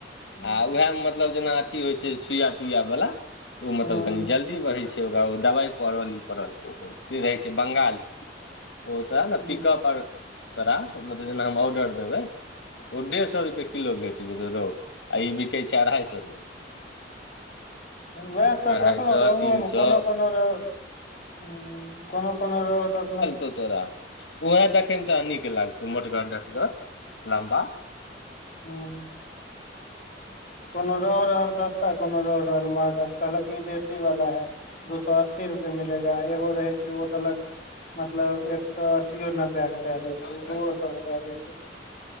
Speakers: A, on the left (about 45°); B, on the left (about 85°).
A: हूँ
B: आ उएहमे मतलब जेना अथी होइ छै सुइया तुइया बला तऽ ओ मतलब
A: हूँ
B: कनि जल्दी बढ़ै छै ओकरा ओ दबाई पड़ल ई पड़ल तऽ से रहैत छै बंगाली ओ त वैएह ने
A: हूँ
B: पिकअप आर तोरा मतलब जेना हम ऑर्डर देबै ओ डेढ़ सौ रुप किलो भेट जेतौ रहो आ ई बिकै छै अढ़ाई सौ रुपए
A: उएह तऽ
B: अढ़ाइ
A: देखलहुँ
B: सए
A: रोहुओमे
B: तीन सए
A: कोनो कोनो रह हुँ कोनो कोनो रौह देखलहूँ
B: तौ तोरा उहे देखै मे तोरा नीक लागतौ मोटगर डटगर लम्बा
A: हुँ कोनो रोहु रहल सस्ता कोनो रोहु रहल महंगा कहलक ई देशी वाला है दू सौ अस्सी रुपए मिलेगा एगो रहे छै ओ देलक मतलब एक सौ अस्सीओ नब्बे ला क दैए दै
B: आइ
A: छै दुओ सौ क दैए दै छै